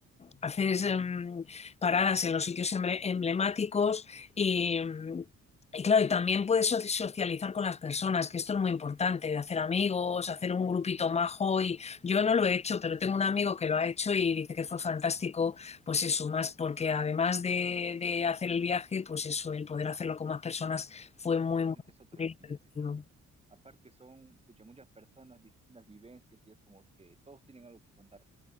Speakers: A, on the left; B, on the right.
A: haces em, paradas en los sitios emble- emblemáticos y, em, y claro, y también puedes so- socializar con las personas, que esto es muy importante, de hacer amigos, hacer un grupito majo y yo no lo he hecho, pero tengo un amigo que lo ha hecho y dice que fue fantástico, pues eso, más porque además de, de hacer el viaje, pues eso, el poder hacerlo con más personas fue muy,
B: Es,
A: muy
B: es otro
A: divertido.
B: chiste, sí. Aparte son, pucha, muchas personas, distintas vivencias y es como que todos tienen algo que contar.